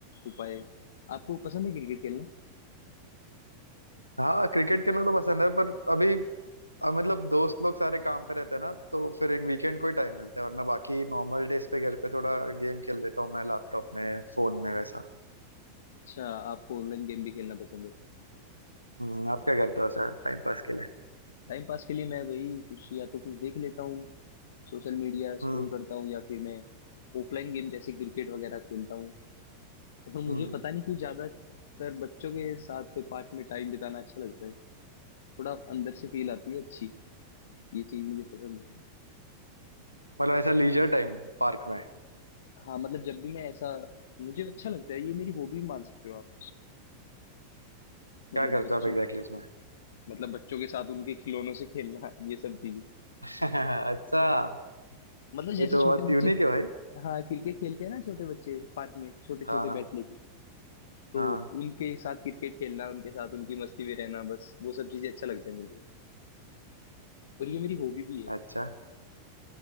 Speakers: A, on the left (about 60°); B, on the left (about 80°).
A: उपाय है आपको पसंद है क्रिकेट खेलना
B: हाँ क्रिकेट खेलना तो पसंद है पर अभी अब मतलब दोस्त लोग सारे काम पे रहते हैं ना तो फिर एक वीकेंड को ही टाइम मिलता है वरना बाकी नॉर्मल डेज पे घर पे थोड़ा गेम खेल लेता हूँ मैं लैपटॉप में फोन में वैसा
A: अच्छा आपको ऑनलाइन गेम भी खेलना पसंद है
B: हम्म आप क्या करते हो ऐसा टाइम पास के लिए
A: टाइम पास के लिए मैं वही कुछ या तो कुछ देख लेता हूँ सोशल मीडिया
B: हम्म
A: स्क्रॉल करता हूँ या फिर मैं ऑफलाइन गेम जैसे क्रिकेट वगैरह खेलता हूँ और मुझे
B: हम्म
A: पता नहीं क्यों ज्यादातर बच्चों के साथ पार्क में टाइम बिताना अच्छा लगता है थोड़ा अंदर से फील आती है अच्छी ये चीज मुझे पसंद है
B: मतलब ऐसा लीजर टाइम पार्क में
A: हाँ मतलब जब भी मैं ऐसा मुझे अच्छा लगता है ये मेरी हॉबी मान सकते हो आप मतलब
B: क्या करते
A: बच्चों
B: हो आप एग्जैक्टली इसमें?
A: मतलब बच्चों के साथ उनके खिलौनों से खेलना <laughs> ये सब चीजें
B: <laughs> अच्छा
A: मतलब जैसे
B: ये तो
A: छोटे
B: बहुत यूनिक
A: बच्चे
B: है भाई
A: हाँ क्रिकेट खेलते हैं ना छोटे बच्चे पार्क में छोटे छोटे
B: हाँ हाँ
A: बैट लेके तो
B: हाँ
A: उनके साथ क्रिकेट खेलना उनके साथ उनकी मस्ती में रहना बस वो सब चीजें अच्छा लगता है मेरे को और ये मेरी हॉबी भी है
B: अच्छा